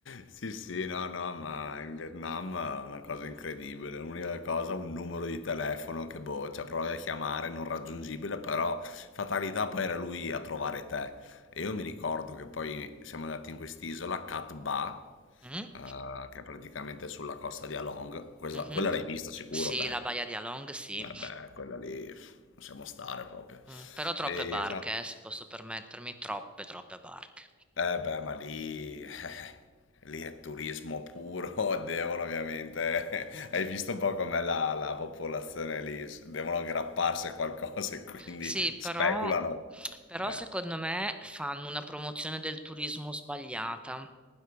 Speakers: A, on the left; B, in the centre.
A: Sì, sì, no, no, ma in Vietnam è una cosa incredibile. L'unica cosa, un numero di telefono che boh, cioè provi a chiamare, non raggiungibile, però fatalità poi era lui a trovare te. E io mi ricordo che poi siamo andati in quest'isola, Cat Ba,
B: Mm,
A: eh, che è praticamente sulla costa di Along. Questa-
B: mhm.
A: quella l'hai vista sicuro
B: Sì,
A: te?
B: la Baia di Along, sì,
A: Eh beh, quella lì, pff, possiamo stare proprio.
B: Mm, però troppe
A: E,
B: barche, eh, se posso permettermi, troppe, troppe barche.
A: eh beh, ma lì... <laughs> Lì è turismo puro, <laughs> devono ovviamente, <laughs> hai visto un po' com'è la, la popolazione lì, s- devono aggrapparsi a qualcosa e quindi
B: Sì,
A: speculano.
B: però, però
A: Eh,
B: secondo me fanno una promozione del turismo sbagliata,